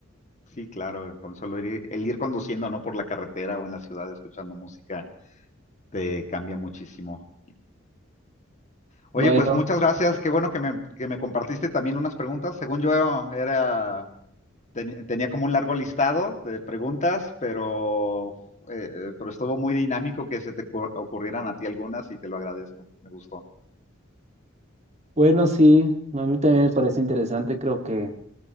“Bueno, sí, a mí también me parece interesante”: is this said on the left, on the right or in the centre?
Right